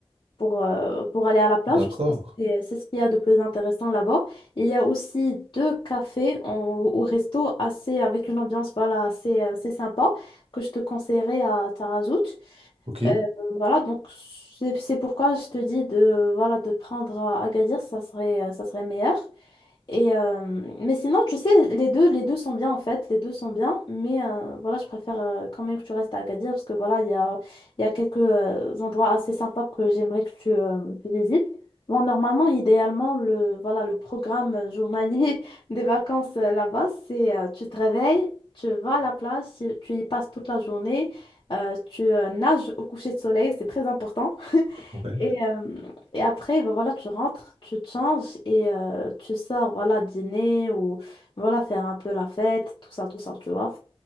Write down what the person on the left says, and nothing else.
pour, euh, pour aller à la plage,
parce que c'est c'est ce qu'il y a de plus intéressant là-bas. Et Il y a aussi deux cafés en- au resto assez, avec une ambiance voilà, assez, euh, assez sympa que je te conseillerais à Tarazout.
Euh, voilà, donc c'est c'est pourquoi je te dis de, voilà, de prendre euh, Agadir, ça serait, euh, ça serait meilleur. Et, euh, mais sinon, tu sais, les deux, les deux sont bien en fait, les deux sont bien, mais euh, voilà, je préfère euh, quand même que tu restes à Agadir parce que voilà, il y a, il y a quelques euh, endroits assez sympas que j'aimerais que tu, euh, tu visites. Bon, normalement, idéalement, le, voilà, le programme journalier <laughs> des vacances euh, là-bas, c'est euh, tu te réveilles, tu vas à la plage, tu tu y passes toute la journée. Euh, tu euh, nages au coucher de soleil, c'est très important. <laughs>
Et, euh, et après, ben voilà, tu rentres, tu te changes et euh, tu sors, voilà, dîner ou voilà, faire un peu la fête, tout ça, tout ça, tu vois.